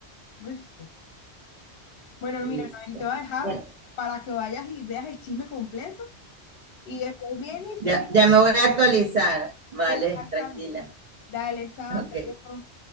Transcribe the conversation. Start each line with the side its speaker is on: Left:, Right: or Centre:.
Left: Listo. Bueno,
Right: Listo.
Left: mira, Noel, te voy a dejar
Right: Bueno,
Left: para que vayas y veas el chisme completo y después vienes
Right: ya,
Left: y seguimos
Right: ya me voy a actualizar. Vale,
Left: Exactamente.
Right: tranquila.
Left: Dale, chao,
Right: Ok.
Left: hasta luego.